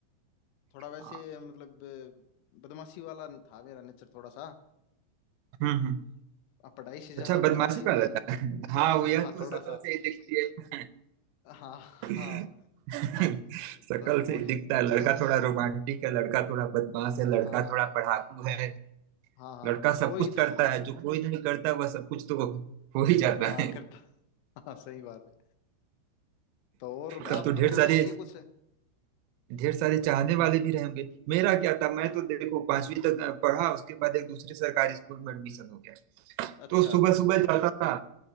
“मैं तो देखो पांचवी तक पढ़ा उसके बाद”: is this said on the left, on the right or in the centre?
Right